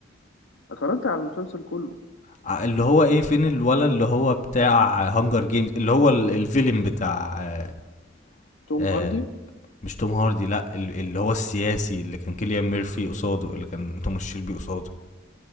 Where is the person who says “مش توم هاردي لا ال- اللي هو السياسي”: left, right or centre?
Left